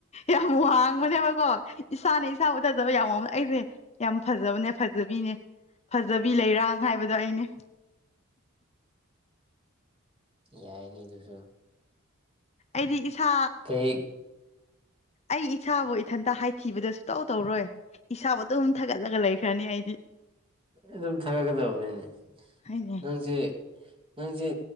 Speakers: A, on the left; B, on the right.
A: ꯌꯥꯝ ꯋꯥꯡꯕꯅꯦꯕꯀꯣ ꯏꯁꯥꯅ ꯏꯁꯥꯕꯨ ꯊꯖꯕ ꯌꯥꯝ ꯋꯥꯡꯅ ꯑꯩꯖꯦ꯫ ꯌꯥꯝ ꯐꯖꯕꯅꯦ ꯐꯖꯕꯤꯅꯦ ꯐꯖꯕꯤ ꯂꯩꯔꯥꯡ ꯍꯥꯏꯕꯗꯣ ꯑꯩꯅꯦ꯫
B: ꯌꯥꯏꯅꯦ ꯗꯨꯁꯨ꯫
A: ꯑꯩꯗꯤ ꯏꯁꯥ
B: ꯀꯩ
A: ꯑꯩ ꯏꯁꯥꯕꯨ ꯏꯊꯟꯇ ꯍꯥꯏꯊꯤꯕꯗꫭꯁ ꯇꯧ ꯇꯧꯔꯣꯏ ꯏꯁꯥꯕꯨ ꯑꯗꯨꯝ ꯊꯥꯒꯠꯂꯒ ꯂꯩꯈ꯭ꯔꯅꯤ ꯑꯩ꯫
B: ꯑꯗꯨꯝ ꯊꯥꯒꯠꯀꯗꯕꯅꯤꯅꯦ
A: ꯍꯥꯏꯅꯦ
B: ꯅꯪꯖꯦ ꯅꯪꯖꯦ